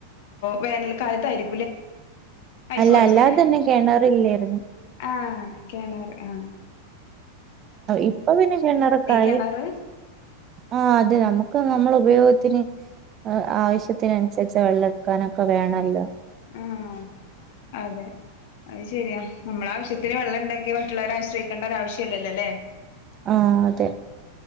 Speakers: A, on the left (about 50°); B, on the right (about 30°).
A: വേനൽക്കാലത്തായിരിക്കും അയ്
B: അല്ല
A: സോറി
B: അല്ലാതെ
A: സോറി
B: തന്നെ കിണറില്ലായിരുന്നു.
A: ആഹ കെണറ് ആഹ
B: ഇപ്പൊ പിന്നെ കിണറക്കായി
A: കിണറ്
B: ആ അത് നമുക്ക് നമ്മൾ ഉപയോഗത്തിന് ആവശ്യത്തിനനുസരിച്ച് വെള്ളെടുക്കാനൊക്കെ വേണല്ലോ
A: ആഹ് അതെ അത് ശരിയാ നമ്മളെ ആവശ്യത്തിന് വെള്ളം ഉണ്ടെങ്കി മറ്റുള്ളവരെ ആശ്രയിക്കേണ്ട ഒരാവശ്യല്ലല്ലോ ല്ലേ
B: ആ അതെ